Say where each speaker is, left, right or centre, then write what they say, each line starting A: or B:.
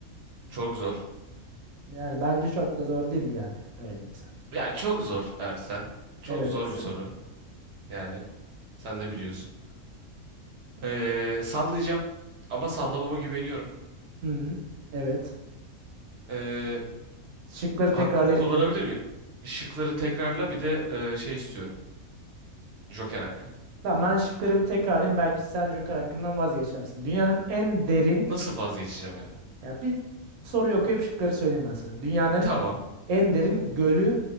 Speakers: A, on the right (about 65°); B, on the right (about 80°).
A: Çok zor.
B: Yani bence çok da zor değil yani. Öyle diyeyim sana.
A: Ya çok zor Ersen. Çok
B: Evet.
A: zor bir soru. Yani sen de biliyorsun. Ee, sallayacağım. Ama sallamama güveniyorum.
B: <laughs> Hı. Evet.
A: Ee,
B: Şıkları
A: Hakkımı
B: tekrarlayabilirim.
A: kullanabilir miyim? Şıkları tekrarla bir de e, şey istiyorum. Joker hakkı.
B: Tamam ben şıkları bir tekrarlayayım. Belki sen Joker hakkından vazgeçersin. Dünyanın en derin
A: Nasıl vazgeçeceğim ya?
B: ya bir soruyu okuyup şıkları söyleyeyim ben sana. Dünyanın
A: Tamam.
B: en derin gölü